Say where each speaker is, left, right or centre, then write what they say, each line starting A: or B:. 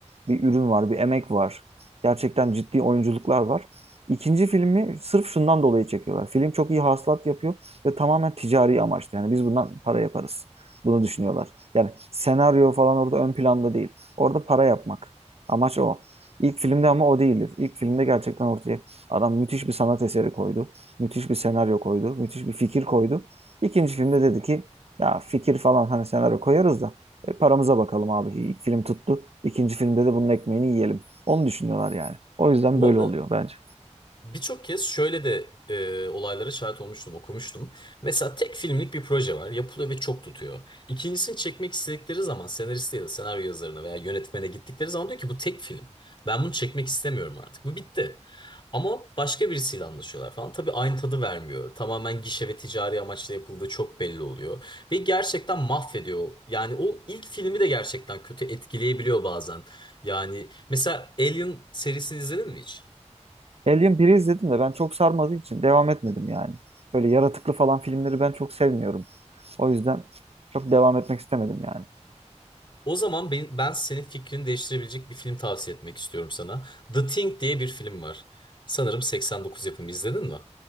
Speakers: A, on the right; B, on the left.
A: Bir ürün var, bir emek var. Gerçekten ciddi oyunculuklar var. İkinci filmi sırf şundan dolayı çekiyorlar. Film çok iyi hasılat yapıyor ve tamamen ticari amaçlı. Yani biz bundan para yaparız. Bunu düşünüyorlar. Yani senaryo falan orada ön planda değil. Orada para yapmak. Amaç o. İlk filmde ama o değildi. İlk filmde gerçekten ortaya adam müthiş bir sanat eseri koydu. Müthiş bir senaryo koydu. Müthiş bir fikir koydu. İkinci filmde dedi ki ya fikir falan hani senaryo koyarız da e, paramıza bakalım abi. İlk film tuttu. İkinci filmde de bunun ekmeğini yiyelim. Onu düşünüyorlar yani. O yüzden
B: Bu
A: böyle
B: arada
A: oluyor bence.
B: Birçok kez şöyle de e, olaylara şahit olmuştum, okumuştum. Mesela tek filmlik bir proje var, yapılıyor ve çok tutuyor. İkincisini çekmek istedikleri zaman senariste ya da senaryo yazarına veya yönetmene gittikleri zaman diyor ki bu tek film. Ben bunu çekmek istemiyorum artık. Bu bitti. Ama başka birisiyle anlaşıyorlar falan. Tabii aynı tadı vermiyor. Tamamen gişe ve ticari amaçla yapıldığı çok belli oluyor. Ve gerçekten mahvediyor. Yani o ilk filmi de gerçekten kötü etkileyebiliyor bazen. Yani mesela Alien serisini izledin mi hiç?
A: Alien biri izledim de ben çok sarmadığı için devam etmedim yani. Böyle yaratıklı falan filmleri ben çok sevmiyorum. O yüzden çok devam etmek istemedim yani.
B: O zaman ben, ben senin fikrini değiştirebilecek bir film tavsiye etmek istiyorum sana. The Thing diye bir film var. Sanırım 89 yapımı izledin mi?